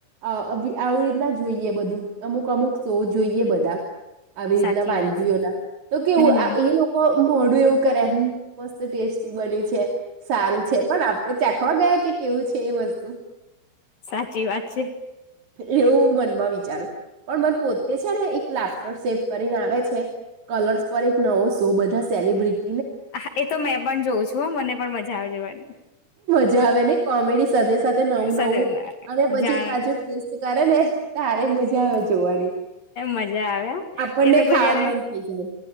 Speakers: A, on the right (about 45°); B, on the left (about 55°).
A: અ આવી રીતના જોઈએ બધું અમુક અમુક સૌ જોઈએ બધા આવી રીતના
B: સાચી
A: વાલવીઓના
B: વાત છે.
A: તો કેવું
B: હમ હમ
A: આ એ લોકો. મ મોડું એવું કરે મસ્ત ટેસ્ટી બનીયુ છે સારું છે પણ આપડે ચાખવા ગયા કે. કેવું છે એ મસ્ત તો
B: સાચી વાત છે.
A: એવું મનમાં વિચારું પણ મને પોતે છે ને એક લાફ્ટર સેફ કરીને આવે છે કલર્સ પર એક નવો શો બધા સેલિબ્રિટી.
B: હા એ તો મેં પણ જોઉં છું મને પણ મજા આવે જોવાની.
A: જે હવે ને કોમેડી સદસ્ય. સાથે નવું નવું
B: સાથે
A: અને પછી
B: જાણ
A: પાછુ કર ને તારે મજા આવે. જોવાની
B: મજા આવે,
A: આપણને
B: એ લોકો
A: ખાવાનું
B: જયારે
A: મન થઈ જાય